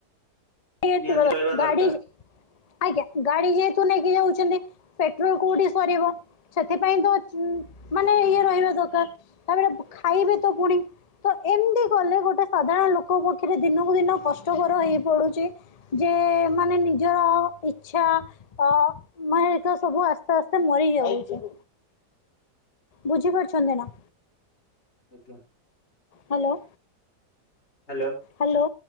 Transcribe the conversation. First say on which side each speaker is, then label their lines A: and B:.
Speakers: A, on the left; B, on the left.
A: କି ଅଟେ
B: ନିହାତି
A: ଥିବା <unintelligible>
B: ରହିବା
A: ଗାଡ଼ି
B: ଦରକାର
A: ଆଜ୍ଞା ଗାଡ଼ି ଯେହେତୁ ନେଇକି ଯାଉଛନ୍ତି ପେଟ୍ରୋଲ କୋଉଠି ସରିବ। ସେଥିପାଇଁ ଚୁଁ ମାନେ ଇଏ ରହିବା ଦରକାର ତାପରେ ବ ଖାଇବେ ତ ପୁଣି। ତ ଏମିତି କଲେ ଗୋଟେ ସାଧାରଣ ଲୋକ ପକ୍ଷରେ ଦିନକୁ ଦିନ କଷ୍ଟକର ହେଇ ପଡୁଛି। ଯେ ମାନେ ନିଜର ଇଚ୍ଛା ଅ ମାନେ ଦେଖିବ ସବୁ ଆସ୍ତେ ଆସ୍ତେ ମରିି ଯାଉଛି। ବୁଝି ପାରୁଛନ୍ତି ନା?
B: ଆଜ୍ଞା।
A: ହାଲୋ।
B: ହାଲୋ।
A: ହାଲୋ